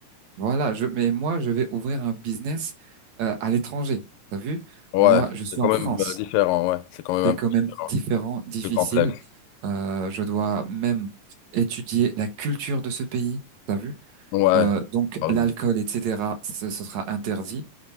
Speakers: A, on the right (about 60°); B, on the left (about 85°).
A: voilà, je, mais moi, je vais ouvrir un business euh, à l'étranger. T'as vu?
B: Ouais,
A: Moi, je
B: c'est
A: suis
B: quand
A: en
B: même
A: France.
B: euh, différent, ouais. C'est quand même
A: C'est
B: un
A: quand
B: peu différent,
A: même différent, difficile.
B: plus complexe.
A: Euh, je dois même étudier la culture de ce pays. T'as vu?
B: Ouais,
A: Euh, donc
B: euh,
A: l'alcool, etc., ce, ce sera interdit,